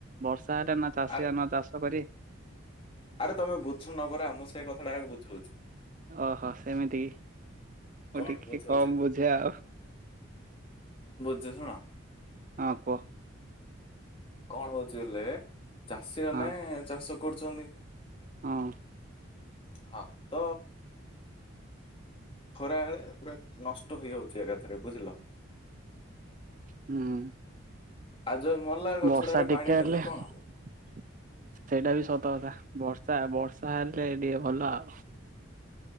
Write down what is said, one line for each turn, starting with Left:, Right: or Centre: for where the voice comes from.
Right: ବର୍ଷ ଚାଟ ନା ଚାଷୀଆ
Left: ଆରେ
Right: ନ ଚାଷ କରି।
Left: ଆରେ ତମେ ବୁଝୁନ ପରା ମୁଁ ସେ କଥାଟାକୁ ବୁଝଉଛି।
Right: ଓହୋ ସେମିତି କି
Left: କଣ
Right: ମୁଁ ଟିକେ
Left: ବୁଝଉଛି
Right: କମ୍ ବୁଝେ ଆଉ।
Left: ବୁଝଉଛି ଶୁଣ।
Right: ହଁ କୁହ।
Left: କଣ ହଉଛି ବଲେ ଚାଷୀ ମାନେ
Right: ହଁ
Left: ଚାଷ କରୁଛନ୍ତି ।
Right: ହଁ।
Left: ହଁ। ତ ଖରା ହେଳେ ପୁରା ନଷ୍ଟ ହେଇଯାଉଛି ଏକାଥରେ ବୁଝିଲ।
Right: ହୁଁ।
Left: ଆଉ ଯୋଉ ମଲା ଗଛଟାରେ
Right: ବର୍ଷା ଟିକେ
Left: ପାଣି
Right: ହେଲେ
Left: ଦେଲେ କଣ
Right: ସେଇଟା
Left: ହବ?
Right: ବି ସତ କଥା ବର୍ଷା ବର୍ଷା ବର୍ଷା ହେଲେ ଟିକେ ଭଲ ଆଉ।